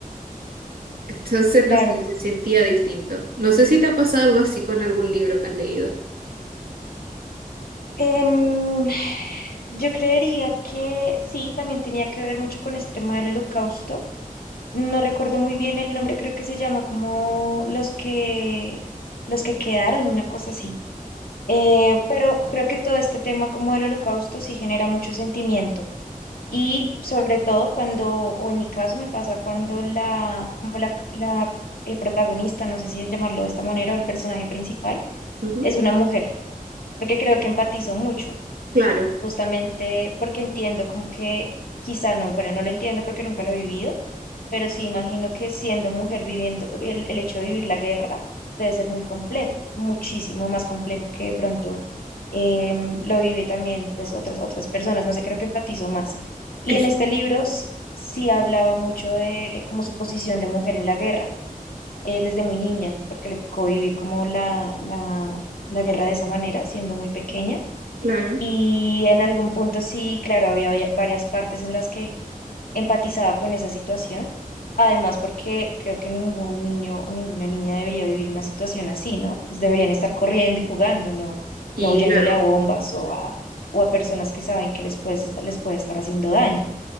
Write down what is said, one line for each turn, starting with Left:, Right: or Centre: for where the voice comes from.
Right: Entonces,
Left: claro.
Right: no sé, se sentía distinto. No sé si te ha pasado algo así con algún libro que has leído.
Left: Em, Yo creería que sí, también tenía que ver mucho con este tema del holocausto. No recuerdo muy bien el nombre, creo que se llama como los que los que quedaron, una cosa así. Eh, pero creo que todo este tema como del holocausto sí genera mucho sentimiento. Y sobre todo cuando, o en mi caso me pasa cuando la, como la, la eh, protagonista, no sé si llamarlo de esta manera, o el personaje principal,
Right: Ujú,
Left: es una mujer, porque creo que empatizo mucho
Right: Claro,
Left: justamente porque entiendo como que quizá no, bueno, no lo entiendo porque nunca lo he vivido, pero sí imagino que siendo mujer viviendo, el, el hecho de vivir la guerra debe ser muy complejo, muchísimo más complejo que de pronto em, lo vive también pues otras, otras personas, no sé, creo que empatizo más. Y
Right: <laughs> es-
Left: en este libro s- sí hablaba mucho de como su posición de mujer en la guerra, eh, desde muy niña, porque le tocó vivir como la, la, la guerra de esa manera, siendo muy pequeña
Right: claro.
Left: y en algún punto sí, claro, había va- varias partes en las que empatizaba con esa situación. Además, porque creo que ningún niño o ninguna niña debería vivir una situación así, ¿no? Pues deberían estar corriendo y jugando, no,
Right: Y
Left: no huyéndole
Right: claro.
Left: a bombas o a, o a personas que saben que les puede estar, les puede estar haciendo daño.